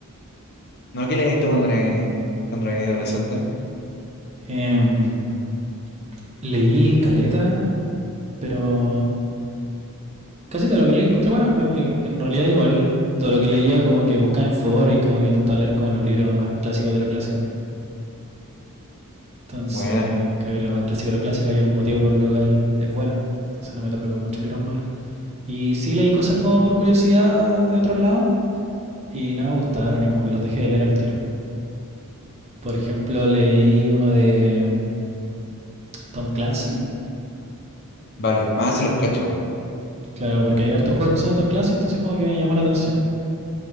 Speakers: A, on the left; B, on the right.
A: ¿No que leíste cuando eres cuando eres adolescente?
B: Em, leí Caleta, pero casi todo lo que leí encontré bueno. Me- eh, en realidad igual todo lo que leía como que buscaba en foro y como que intentaba leer como los libros más clásicos de lo clásico. Entonces,
A: Buena,
B: creo que lo más clásico de lo clásico, hay un motivo por lo cual es bueno. Entonces no me topé con mucho librón malo. Y sí leí cosas como por curiosidad de otros lados y no me gustaron y como que los dejé de leer al tiro. Por ejemplo, leí uno de mm, Tom Clancy.
A: vale. Ah, sí los cacho, weón.
B: Claro, porque hay hartos juegos que son de Tom Clancy, entonces como que me llamó la atención.